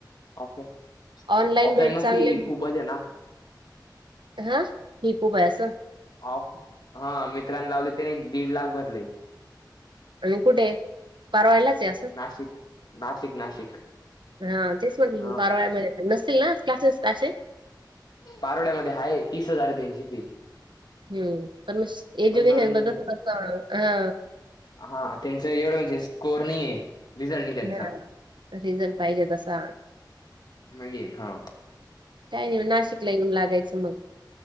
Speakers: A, on the left; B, on the right.
A: ऑफलाईन
B: ऑनलाईन
A: ऑफलाईन
B: भेट
A: मस्ती
B: चांगले
A: खूपच आहे ना.
B: <unintelligible>
A: ऑफ हा मित्रांनी लावली त्याने दीड लाख भरले.
B: आणि कुठे? परवायलाच आहे असं
A: नाशिक नाशिक नाशिक
B: हा तेच मग
A: हा
B: परवायामध्ये नसतील ना क्लासेस असे
A: पारोड्यामध्ये आहे तीस हजार आहे त्यांची फी
B: हम्म म एज्युकेशन
A: पण मग
B: ब हा
A: हा त्यांच एवढं म्हणजे स्कोर नाही आहे रिझल्ट नाही त्यांचा
B: रिझल्ट पाहिजे तसा
A: नाही ये हा
B: त्यावेळी नाही नाशिकला येऊन लागायचं मग